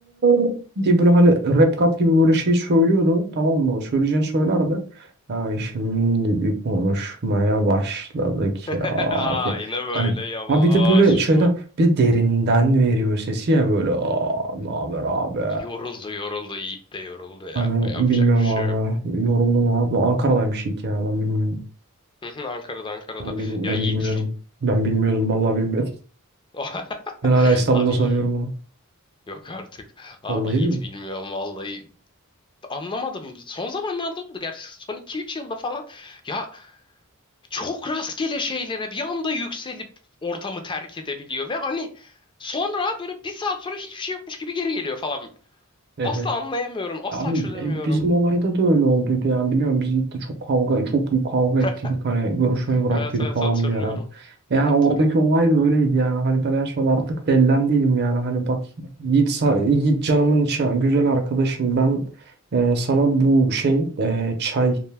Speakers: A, on the right; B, on the left.
A: <laughs> diye böyle hani rap kat gibi böyle şey söylüyordu tamam mı? Söyleyeceğini söylerdi. Ya şimdi bir konuşmaya başladık
B: <laughs>
A: ya
B: Aynen
A: diye.
B: böyle
A: Hani
B: yavaş
A: ha bir de böyle şeyden
B: yavaş.
A: bir de derinden veriyor sesi ya böyle aa ne haber abi?
B: Yoruldu yoruldu Yiğit de yoruldu ya.
A: Hani
B: Yapacak
A: bilmiyorum
B: bir şey
A: abi
B: yok.
A: yoruldum abi Ankara'daymış ilk ya ben bilmiyorum.
B: Hı hı, Ankara'da Ankara'da.
A: Ben, bil ben
B: Ya Yiğit.
A: bilmiyorum.
B: ş-
A: Ben bilmiyordum vallahi bilmiyordum.
B: <laughs>
A: Ben hala İstanbul'da
B: Abi
A: sanıyorum
B: iyi. Yok artık. Abi
A: Vallahi
B: Yiğit
A: diyorum.
B: bilmiyorum vallahi. Anlamadım. Son zamanlarda oldu. Gerçi son iki üç yılda falan. Ya çok rastgele şeylere bir anda yükselip ortamı terk edebiliyor. Ve hani sonra böyle bir saat sonra hiçbir şey yokmuş gibi geri geliyor falan.
A: Evet.
B: Asla anlayamıyorum. Asla
A: Abi
B: çözemiyorum.
A: e, bizim olayda da öyle olduydu yani biliyorum biz gitti çok kavga çok büyük kavga
B: <laughs>
A: ettik hani görüşmeyi bıraktıydık
B: Evet evet
A: falan
B: hatırlıyorum.
A: bir ara. Yani
B: Hatırlıyorum.
A: oradaki olay da öyleydi yani hani ben en son artık dellendiydim yani hani bak Yiğit, sa- Yiğit canımın içi güzel arkadaşım ben e, sana bu şey e, çay